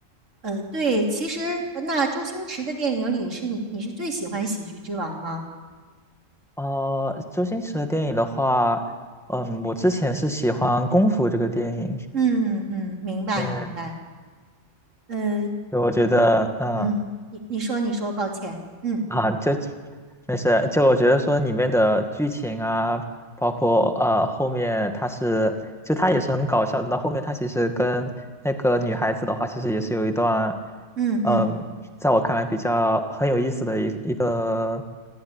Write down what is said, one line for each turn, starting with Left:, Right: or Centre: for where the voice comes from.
Right: 呃，对，其实呃那周星驰的电影里是你你是最喜欢《喜剧之王》吗？
Centre: 呃，周星驰的电影的话，嗯，我之前是喜欢《功夫》这个电影，
Right: 嗯嗯，明白明白。
Centre: 对，
Right: 呃，
Centre: 对我觉得，嗯、
Right: 嗯，你你说你说，抱歉。嗯
Centre: 啊，就没事，就我觉得说里面的剧情啊，包括呃后面他是，就他也是很搞笑的。到后面他其实跟那个女孩子的话，其实也是有一段，
Right: 嗯嗯
Centre: 嗯，在我看来比较很有意思的一一个，